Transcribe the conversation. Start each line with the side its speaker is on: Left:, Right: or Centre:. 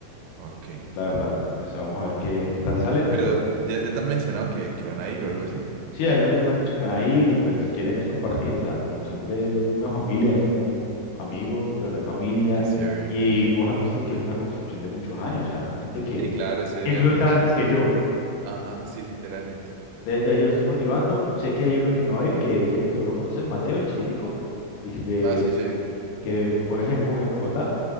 Right: Ok.
Left: la verdad. O sea, vamos a ver qué, qué tal sale, pero...
Right: Pero ya, ya te han mencionado que, que van a ir o algo así.
Left: Sí, algunos ya me han dicho que van a ir y pues quieren es compartir, o sea, como siempre una familia, somos amigos, pero también familia.
Right: Sí, sí, obvio.
Left: Y vos has visto que fue una construcción de muchos años, o sea, son gente que
Right: Sí, claro, ese día
Left: incluso
Right: es muy...
Left: están Uy. antes Uy. que yo.
Right: Ajá, sí, literalmente.
Left: Entonces ya yo lo estoy motivando. Sé que hay uno que no va a ir, que creo que vos lo conoces, Mateo, el chiquitico, el que,
Right: Ah, sí, sí.
Left: que juega en, Bo- en Bogotá.